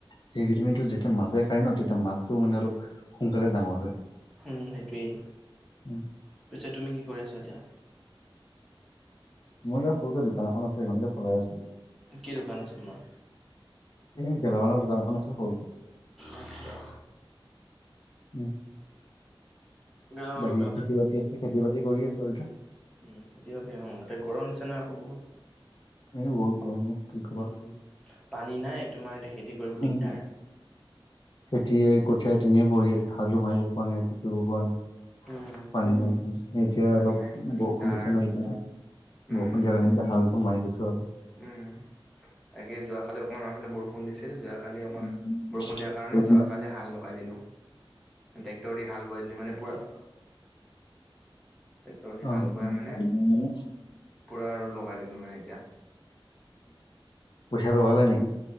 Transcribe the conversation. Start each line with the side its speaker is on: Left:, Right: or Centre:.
Left: সেই ভিটামিনটো যে যেতিয়া মাছে খায় ন, তেতিয়া মাছটো মানে অলপ সোনকালে ডাঙৰ হয়।
Centre: উম, সেইটোৱেই,
Left: উম
Centre: পিছে তুমি কি কৰি আছা এতিয়া।
Left: মই তোমাৰ সৰুকে দোকান এখন আছে, সেইখনকে চলাই আছিলো।
Centre: কি দোকান আছে তোমাৰ।
Left: এই গেলামালৰ দোকানখন আছে সৰুকে।
Centre: আচছা।
Left: উম।
Centre: গেলামালৰ
Left: বাকী
Centre: দোকান
Left: খেতি বাতি আছে, খেতি বাতি কৰি আছো আৰু এতিয়া।
Centre: উম, খেতিবাতি অ', এতিয়া গৰম দিছে নহয় আকৌ বহুত।
Left: এই বহুত গৰম অ' কি ক'বা।
Centre: উম, পানী নাই তোমাৰ এতিয়া খেতি কৰিব
Left: উম,
Centre: দিগদাৰ।
Left: খেতি এই কঠিয়াত ইনেই পৰি আছে হালু মাৰিব পোৱা নাই, একো কৰিব পৰা নাই।
Centre: উম
Left: পানী নাই, এতিয়া
Centre: পানী
Left: অলপ
Centre: নাই দিগদাৰ
Left: বৰষুণ দিছে ন এতিয়া
Centre: উম
Left: সন্ধিয়া <unintelligible> হালটো মাৰি দিছো আৰু।
Centre: উম, তাকে যোৱাকালি অকণমান আমাৰফালে বৰষুণ দিছিল যোৱা কালি অকমান
Left: অ',
Centre: বৰষুণ দিয়া কাৰণে
Left: অ'।
Centre: যোৱা কালি হাল লগাই দিলোঁ ট্ৰেক্টৰত হাল বোৱাই দিলি মানে পোৰা। ট্ৰেক্টৰ দি
Left: <unintelligible>
Centre: হাল
Left: উম,
Centre: বোৱাই মানে পুৰা আৰু লগাই দিলোঁ মানে এতিয়া
Left: কঠীয়া ৰুৱালে নেকি?